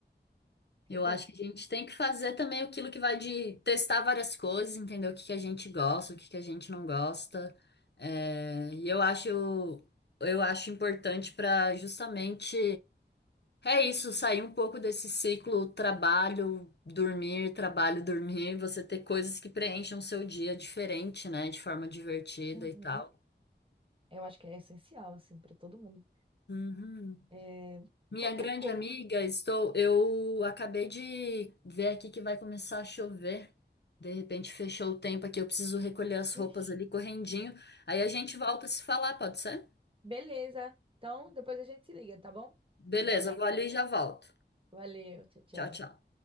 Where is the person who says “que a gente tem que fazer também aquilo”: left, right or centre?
Left